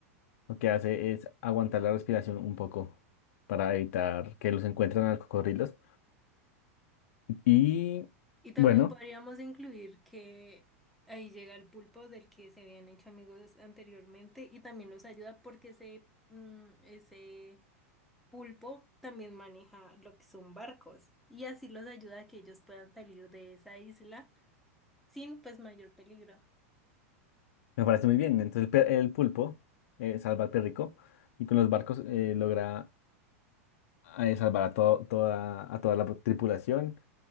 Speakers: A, on the left; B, in the centre.
A: lo que hace es aguantar la respiración un poco para evitar que los encuentren a los cocodrilos. Y
B: Y también
A: bueno,
B: podríamos incluir que ahí llega el pulpo del que se habían hecho amigos anteriormente y también los ayuda porque ese, mm, ese Pulpo también maneja lo que son barcos y así los ayuda a que ellos puedan salir de esa isla sin pues mayor peligro
A: me parece muy bien. Entonces el, pe- el pulpo eh, salva al perrico y con los barcos eh, logra a salvar a, to- toda, a toda la tripulación